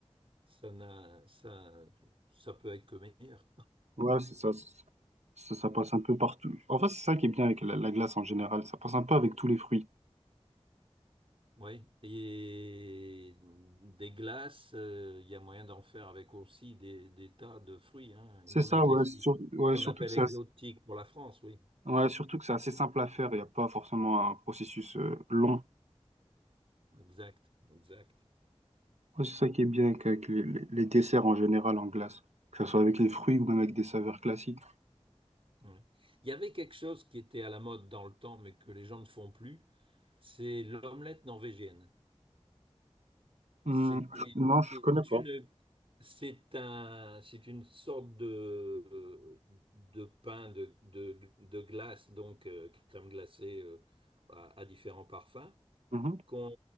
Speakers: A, on the right; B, on the right.
A: Ça n'a, ça, ça peut être que meilleur.
B: Ouais, c'est ça, c'est- ça. ça passe un peu partout. En fait, c'est ça qui est bien avec la, la glace en général. Ça passe un peu avec tous les fruits.
A: Oui. Et des glaces, euh, il y a moyen d'en faire avec aussi des, des tas de fruits, hein,
B: C'est
A: et même
B: ça,
A: avec
B: ouais,
A: les fruits
B: sur- ouais,
A: qu'on
B: surtout
A: appelle
B: que c'est
A: exotiques
B: assez...
A: pour la France, oui.
B: ouais, surtout que c'est assez simple à faire. Il n'y a pas forcément un processus euh, long.
A: Exact, exact.
B: Ouais, C'est ça qui est bien avec avec les, les- les desserts en général en glace, que ce soit avec les fruits ou même avec des saveurs classiques.
A: Oui. Il y avait quelque chose qui était à la mode dans le temps, mais que les gens ne font plus, c'est l'omelette norvégienne.
B: Hum,
A: C'était,
B: je- non,
A: c'est
B: je connais pas.
A: une, c'est un, c'est une sorte de, de pain de, de, de glace, donc euh, crème glacée euh, à, à différents parfums,
B: Mhm,
A: qu'on